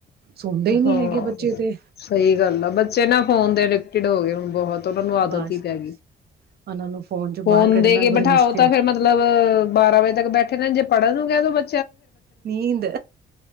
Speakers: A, on the right; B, on the left.
A: ਸੌਦੇ ਹੀ ਨਹੀਂ
B: ਹਾਂ
A: ਹੈਗੇ ਬੱਚੇ ਤੇ
B: ਸਹੀ ਗੱਲ ਆ ਬੱਚੇ ਨਾ ਫੋਨ ਦੇ ੜ ਹੋ ਗਏ ਹੁਣ ਬਹੁਤ ਉਹਨਾਂ ਨੂੰ ਆਦਤ
A: ਬਸ
B: ਹੀ ਪੈ
A: ਬਸ
B: ਗਈ
A: ਉਹਨਾਂ ਨੂੰ ਚੋਂ
B: ਫੋਨ
A: ਬਾਹਰ ਕੱਢਣਾ
B: ਦੇ ਕੇ
A: ਬੜੀ
B: ਬਿਠਾਓ
A: ਮੁਸ਼ਕਿਲ
B: ਤਾਂ ਫੇਿਰ ਮਤਲਬ ਬਾਰਾਂ ਵਜੇ ਤੱਕ ਬੈਠ ਨਾ ਜੇ ਪੜਨ ਨੂੰ ਬ
A: ਨੀਦ